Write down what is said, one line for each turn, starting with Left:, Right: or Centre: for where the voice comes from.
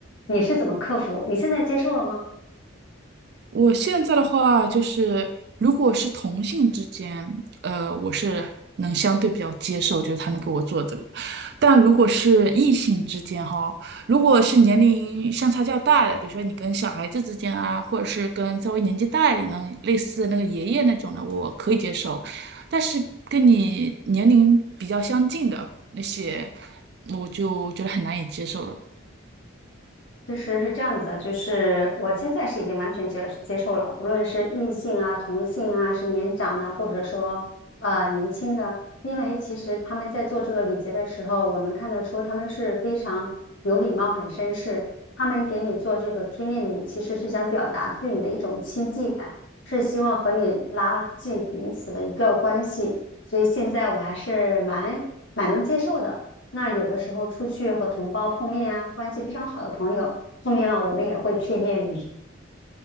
Left: 你是怎么克服？你现在接受了吗？
Right: 我现在的话就是，如果是同性之间，呃，我是能相对比较接受，就是他们给我做这个。但如果是异性之间哈，如果是年龄相差较大的，比如说你跟小孩子之间啊，或者是跟稍微年纪大一点的，类似那个爷爷那种的，我可以接受。但是跟你年龄比较相近的那些，我就觉得很难以接受了。
Left: 其实是这样子的，就是我现在是已经完全接接受了，不论是异性啊、同性啊，是年长的，或者说呃年轻的，因为其实他们在做这个礼节的时候，我能看得出他们是非常有礼貌、很绅士。他们给你做这个贴面礼，其实是想表达对你的一种亲近感，是希望和你拉近彼此的一个关系。所以现在我还是蛮蛮能接受的。那有的时候出去和同胞碰面啊，关系非常好的朋友。说明了我们也会贴面礼。